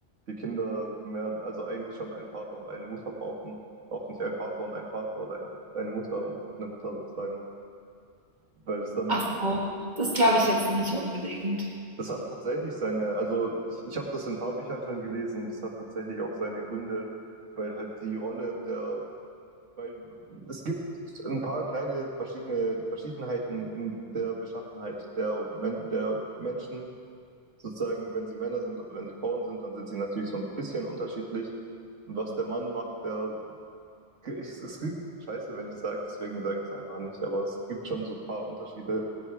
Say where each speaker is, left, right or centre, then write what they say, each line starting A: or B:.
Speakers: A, on the right; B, on the right.
A: die Kinder mehr, also eigentlich schon einen Vater und eine Mutter brauchen, auch nicht ein Vater und ein Vater oder ein, eine Mutter und eine Mutter sozusagen, weil es dann,
B: ach so, das glaube ich jetzt nicht unbedingt.
A: das hat tatsächlich seine, also ich, ich habe das in ein paar Büchern schon gelesen und es hat tatsächlich auch seine Gründe, weil halt die Rolle der Weil es gibt ein paar kleine verschiedene Verschiedenheiten in der Beschaffenheit der, Men der Menschen, sozusagen, wenn sie Männer sind oder wenn sie Frauen sind, dann sind sie natürlich so ein bisschen unterschiedlich. Und was der Mann macht, der, ich, es klingt scheiße, wenn ich sage, deswegen sage ich es einfach nicht, aber es gibt schon so ein paar Unterschiede,